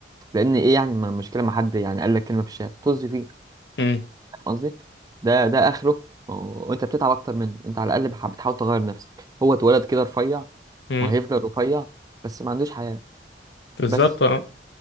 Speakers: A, on the right; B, on the left.
A: لأن إيه يعني ما المشكلة ما حد يعني قال لك كلمة في الشارع طز فيه
B: مم.
A: قصدي ده ده اخره وانت بتتعب اكتر منه انت على الاقل بح- بتحاول تغير نفسك هو اتولد كده رفيع
B: مم.
A: وهيفضل رفيع بس ما عندوش حياة
B: بالظبط
A: بس
B: اه